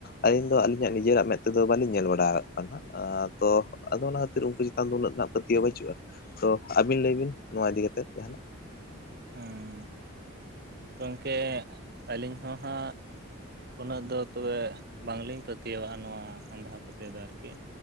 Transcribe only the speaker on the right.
ᱚᱻᱻ ᱜᱚᱢᱠᱮ ᱟᱹᱞᱤᱧ ᱦᱚᱸ ᱦᱟᱸᱜ ᱩᱱᱟᱹᱜ ᱫᱚ ᱛᱚᱵᱮ ᱵᱟᱝᱞᱤᱧ ᱯᱟᱹᱛᱤᱟᱹᱣᱟᱜᱼᱟ ᱱᱚᱣᱟ ᱟᱸᱫᱷᱟ ᱯᱟᱹᱛᱭᱟᱹᱣ ᱫᱚ ᱟᱨᱠᱤ